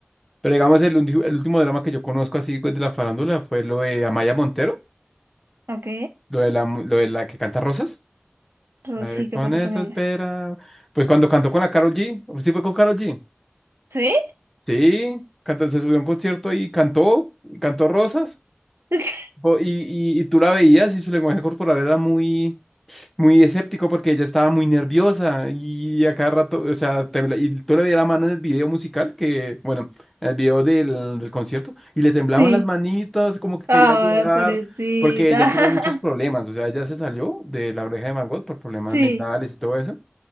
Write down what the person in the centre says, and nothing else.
Pero digamos, el, ulti- el último drama que yo conozco así pues, de la farándula fue lo de Amaya Montero,
lo de la, mu- lo de la que canta Rosas.
A
ver,
con
eso
espera. Pues cuando cantó con la Karol G, sí fue con Karol G.
Sí, cantó, se subió a un concierto y cantó, y cantó Rosas.
po- Y, y, y tú la veías y su lenguaje corporal era muy, muy escéptico porque ella estaba muy nerviosa y a cada rato, o sea, tembla- y tú le veías la mano en el video musical que, bueno, en el video del, del concierto y le temblaban
las manitas, como que quería
llorar
porque ella tuvo muchos problemas,
o sea, ella se salió de la oreja de Van Gogh por problemas
mentales y todo eso